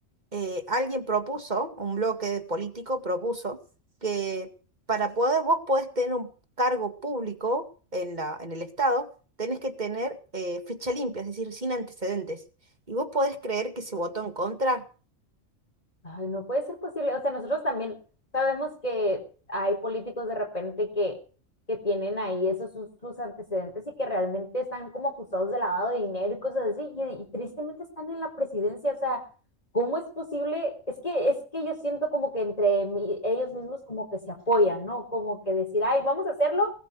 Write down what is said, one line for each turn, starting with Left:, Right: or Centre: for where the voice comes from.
Right: eh, alguien propuso, un bloque político propuso, que para poder vos podés tener un cargo público en la, en el Estado, tenés que tener eh, ficha limpia, es decir, sin antecedentes. Y vos podés creer que se votó en contra.
Left: Ay, no puede ser posible. O sea, nosotros también sabemos que hay políticos de repente que, que tienen ahí esos sus, sus antecedentes y que realmente están como acusados de lavado de dinero y cosas así, y, y tristemente están en la presidencia. O sea, ¿cómo es posible? Es que, es que yo siento como que entre mi- ellos mismos como que se apoyan, ¿no? Como que decir, ay, vamos a hacerlo,